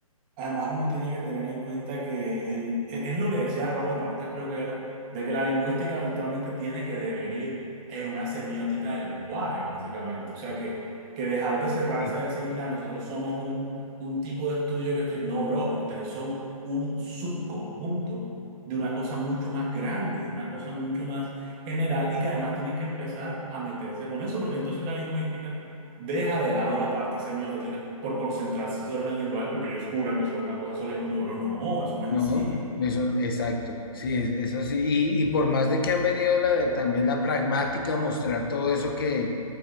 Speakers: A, on the right; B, on the left.
A: Además, uno tiene que tener en cuenta que el, e- es lo que decía Roland Barthes, creo que era, de que la lingüística eventualmente tiene que devenir en una semiótica del lenguaje, básicamente. O sea, que, que dejar de cerrarse
B: Sí,
A: a decir, mira, nosotros somos un, un tipo de estudio que estu-". No, bro, ustedes son un subconjunto de una cosa mucho más grande, de una cosa mucho más general y que además tienen que empezar a meterse con eso, porque entonces la lingüística deja de lado la parte semiótica por concentrarse solo en el lenguaje porque ellos juran que son una cosa sola y es como, bro, no, eso no
B: No,
A: es así,
B: eso, exacto, sí, es- eso sí, y, y por más de que han venido la- también la pragmática a mostrar todo eso que,